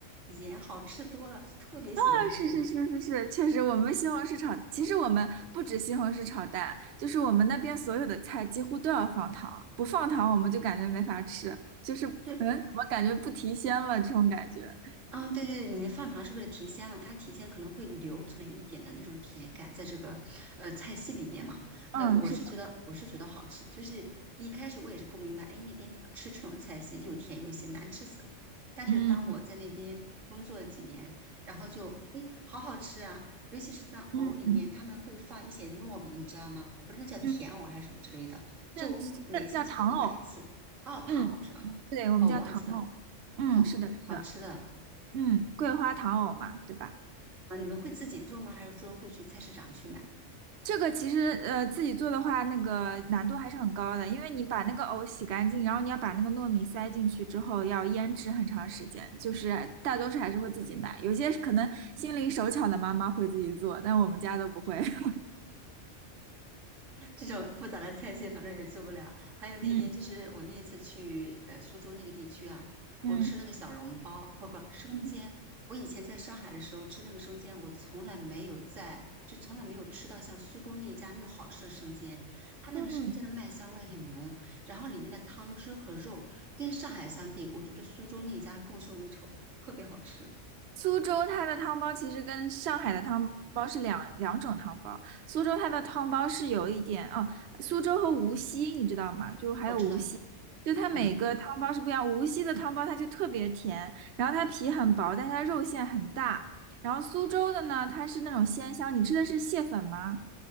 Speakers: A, on the right; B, on the right.
A: 盐好吃多了，特别喜欢吃。
B: 啊，是是是是是，确实，我们西红柿炒，其实我们不止西红柿炒蛋，就是我们那边所有的菜几乎都要放糖，不放糖我们就感觉没法吃，就是嗯，
A: 就
B: 怎么感觉不提鲜了这种感觉。
A: 啊，对对对，里面放糖是不是提鲜了？它提鲜可能会留存一点的那种甜感在这个呃菜系里面嘛。
B: 嗯，
A: 呃，我是觉得我是觉得好吃的就是一开始我也是不明白，
B: 是的，
A: 哎，那边怎么吃这种菜系又甜又咸，难吃死了。但是当我在那边工作了几年，
B: 嗯
A: 然后就哎，好好吃啊！尤其是在藕里面，
B: 嗯嗯，
A: 他们会放一些糯米，你知道吗？我不知道那叫甜藕还是什么之类的，
B: 嗯，
A: 就我每每个星期都会买一次。
B: 那那叫糖藕，
A: 哦，糖藕是吧？
B: 嗯对，我们叫糖藕。
A: 哦，忘记了，
B: 嗯，
A: 嗯，
B: 是的，是的，
A: 好吃的。
B: 嗯，桂花糖藕嘛，对吧？
A: 啊，你们会自己做吗？还是说会去菜市场去买？
B: 这个其实呃自己做的话，那个难度还是很高的，因为你把那个藕洗干净，然后你要把那个糯米塞进去之后，要腌制很长时间。就是大多数还是会自己买，有些可能心灵手巧的妈妈会自己做，但我们家都不会。<laughs>
A: 这种复杂的菜系，反正也做不了。还有那边就是我那一次去呃苏州那个地区啊，
B: 嗯嗯
A: 我吃那个小笼包，不不生煎。
B: 嗯
A: 我以前在上海的时候吃那个生煎，我从来没有在就从来没有吃到像苏州那一家那么好吃的生煎。它那个生煎的麦香味很浓，
B: 嗯，
A: 然后里面的汤汁和肉跟上海相比，我觉得苏州那一家是更胜一筹的特别好吃。
B: 苏州它的汤包其实跟上海的汤包是两两种汤包。苏州它的汤包是有一点哦，苏州和无锡你知道吗？就还有无锡，
A: 我知道，
B: 就它每个汤包是不一样。
A: 嗯。
B: 无锡的汤包它就特别甜，然后它皮很薄，但它肉馅很大。然后苏州的呢，它是那种鲜香。你吃的是蟹粉吗？